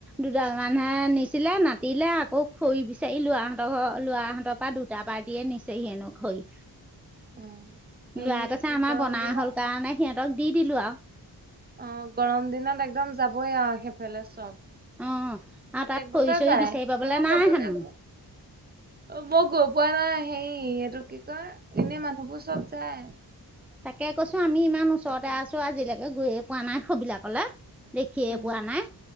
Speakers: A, in the centre; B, on the right.
A: দুডাল মানহে নিছিলে নাট তিলে আকৌ খৰি বিচাৰিলো আহহঁতৰ ঘৰত লৰা হঁতৰ পৰা দুটা পাৰ্টিয়ে নিছেহিয়েনো খৰি।
B: উম, সেইটোটো
A: লৰা কৈছে
B: কি
A: আমাৰ
B: গৰম
A: বনা
B: দিনত
A: হ'ল কাৰণে সিহঁতক দি দিলো আৰু।
B: অহ, গৰম দিনত একদম যাবই আৰু সেইফালে চব।
A: অ', আৰু
B: প্ৰত্যেক
A: তাত
B: বছৰে
A: খৰি চৰি
B: যায়
A: বিচাৰি পাবলে
B: মই
A: নাই
B: গৈ পোৱা
A: হেনো।
B: বাৰু অ মই গৈ পোৱা নাই সেই এইটো কি কয় এনে মানুহবোৰ চব যায়
A: তাকে কৈছো আমি ইমান ওচৰতে আছো আজিলৈকে গৈয়ে পোৱা নাই সবিলাকলে দেখিয়ে
B: উম
A: পোৱা নাই